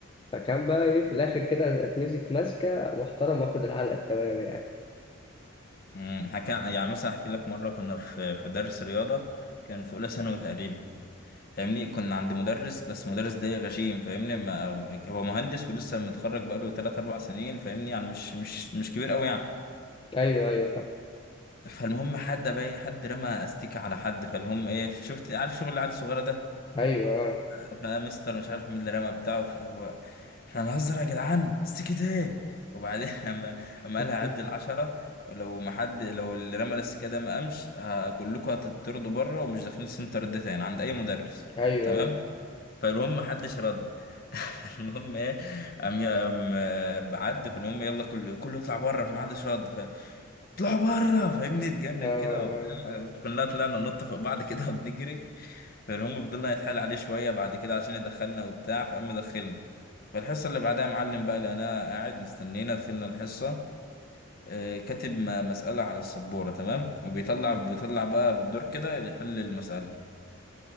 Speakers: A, on the left (about 25°); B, on the left (about 45°).
A: فكان بقى ايه في الاخر كده اتمسك ماسكه محترم واخد العلقه التمام يعني
B: امم حكى يعني مثلا احكي لك مره كنا في في درس رياضه كان في اولى ثانوي تقريبا فاهمني كنا عند مدرس بس المدرس ده غشيم فاهمني ما هو مهندس ولسه متخرج بقاله 3 4 سنين فاهمني يعني مش مش مش كبير قوي يعني
A: ايوه ايوه فاهم.
B: فالمهم حد باي حد رمى استيكه على حد فالمهم ايه شفت عارف شغل العيال الصغيره ده
A: ايوه آه.
B: فانا مستر مش عارف مين اللي رمى بتاعه فهو احنا هنهزر يا جدعان السكت ايه وبعدين <laughs> اما اما
A: <laughs>
B: قالها عد العشرة لو ما حد لو اللي رمى السكه ده ما قامش ه- كلكم هتطردوا بره ومش داخلين السنتر ده تاني عند اي مدرس
A: ايوه
B: تمام
A: ايوه
B: فالمهم ما حدش رد <laughs> المهم ايه قام قام آه، بعد فالمهم يلا كله كله يطلع بره فما حدش رد ف- اطلعوا بره فاهمني اتجنن
A: آه. آه.
B: كده وبتاع. كلنا طلعنا ننط فوق بعض كده وبنجري فالهم فضلنا يتحايل عليه شوية بعد كده عشان يدخلنا وبتاع فقام دخلنا فالحصة اللي بعدها معلم بقى لقيناه قاعد مستنينا دخلنا الحصة آه، كاتب م- مسألة على السبورة تمام وبيطلع بيطلع بقى بالدور كده اللي يحل المسألة